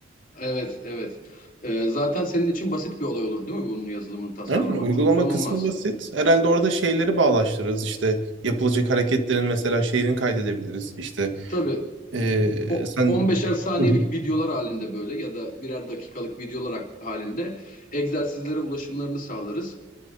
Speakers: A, on the left; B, on the right.
A: Evet, evet. Ee, zaten senin için basit bir olay olur değil mi bunun yazılımını tasarlamak?
B: Aynen uygulama
A: Çok zor olmaz.
B: kısmı basit. Herhalde orada şeyleri bağlaştırırız. İşte yapılacak hareketlerin mesela şeyini kaydedebiliriz. İşte
A: Tabii
B: eee,
A: o
B: sen...
A: 15'er saniyelik
B: Hı hı.
A: videolar halinde böyle ya da birer dakikalık videolar halinde egzersizlere ulaşımlarını sağlarız.